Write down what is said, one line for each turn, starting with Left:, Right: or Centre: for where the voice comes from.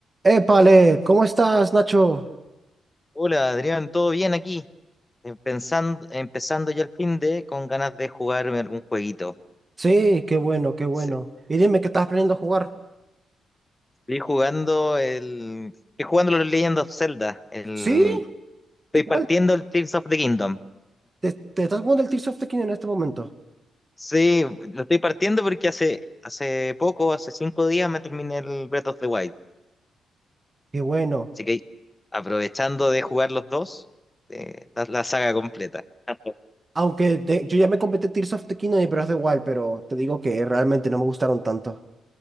Right: Épale, ¿cómo estás, Nacho?
Left: Hola Adrián, ¿todo bien aquí? Empezando, empezando ya el fin de con ganas de jugarme algún jueguito.
Right: Sí, qué bueno, qué bueno.
Left: Sí.
Right: Y dime que estás aprendiendo a jugar.
Left: Estoy jugando el. Estoy jugando los Legend of Zelda. El,
Right: ¿Sí?
Left: estoy
Right: ¿Y cuál?
Left: partiendo el Tears of the Kingdom.
Right: ¿Te, te estás jugando el Tears of the Kingdom en este momento?
Left: Sí, lo estoy partiendo porque hace, hace poco, hace cinco días, me terminé el Breath of the Wild.
Right: Qué bueno.
Left: Así que aprovechando de jugar los dos, eh, la, la saga completa. <laughs>
Right: Aunque de- yo ya me completé Tears of the Kingdom y Breath of the Wild, pero te digo que realmente no me gustaron tanto.